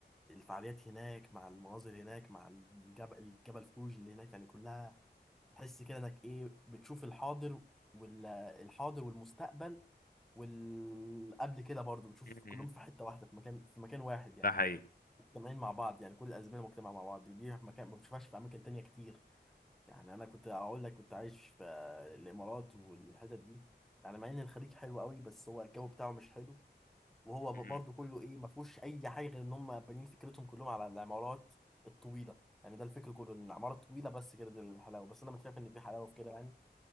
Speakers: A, in the centre; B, on the left.
A: الفعاليات هناك مع المناظر هناك مع الجبل الجبل فوجي اللي هناك يعني كلها تحس كده انك ايه بتشوف الحاضر والحاضر والمستقبل والقبل كده برضو بتشوف
B: امم
A: كلهم في حتة واحدة في مكان في مكان واحد يعني
B: ده حقيقي
A: مجتمعين مع بعض يعني كل الأزمنة مجتمعة مع بعض ودي في مكان ما بتشوفهاش في أماكن تانية كتير يعني أنا كنت أقول لك كنت عايش في آه، الإمارات والحتت دي يعني مع إن الخليج حلو قوي بس هو الجو بتاعه مش حلو وهو
B: مم.
A: برضه كله ايه ما فيهوش اي حاجه غير ان هم بانيين فكرتهم كلهم على العمارات الطويله يعني ده الفكر كله ان العماره طويله بس كده دي الحلاوه بس انا مش شايف ان في حلاوه في كده يعني